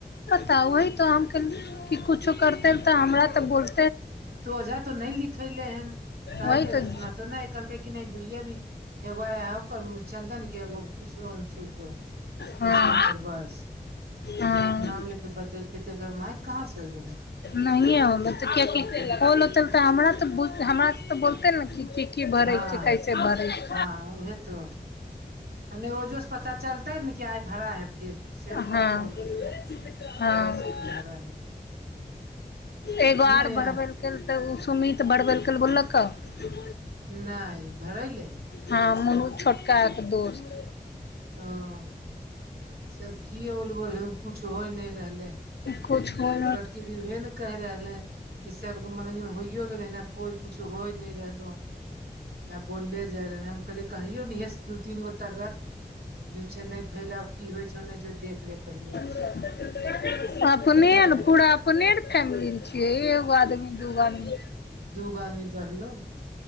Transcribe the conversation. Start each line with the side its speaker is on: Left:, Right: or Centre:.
Left: तऽ ओहि तऽ हम कल- की कुछो करतै तऽ हमरा तऽ बोल-
Right: तो अजा तो नय लिखैलेहैन। कहलकै
Left: वही तऽ
Right: रसना तो नय, कहलकै कि नय दुइये अमी ‌। एगो हंओकर चन्दन के एगो अनशुक। के
Left: हँ
Right: छै ओकर बस।
Left: हँ
Right: नाम लेके बतेलके त एक्कर माइक कहाँ से हो गेलै?
Left: नहिए होलै त किआकि
Right: पता नहि
Left: होल होते तऽ हमरा तऽ, हमरा तऽ बोलतै ने कि की भरै
Right: हँ
Left: छै कैसे भरै छी?
Right: हँ उहे तो आ ने ओजो से पता चलतैऽन क्या भड़ा है फिर। सेहो
Left: हँ
Right: कहतौ रोसना।
Left: हँ
Right: कहै छै की भड़ा है।
Left: एगो आर
Right: नहि
Left: भरबैल्- कलतै उ सुमित बरबेलकै, बोललकौउ?
Right: नय, भरैलय?
Left: हँ। मनुज छोटका के दोस्त
Right: हँ। सब की ओल -बोल हो-कुछ होय नय रहलै।
Left: कुछ होय
Right: छोटकी दी उहेन्- कैह रहलै, कि सबके मंगनी मे होइयो गेलैहन कोई कुछ होय नय रहलोहन। य बोलले जाय रहेै। हम कहले कहियौ ने यै दू तीन गो तर्रक झुठ्ठे नय फैलाउ। की होइ छौ नै छौ देख ले पहिले।
Left: <unintelligible> अपनेनेन
Right: की फायदा
Left: पूरा अपनेर फैमिली ने छियै, एगो आदमी, दूगो आदमी
Right: दु आदमी बढ़लौ ने?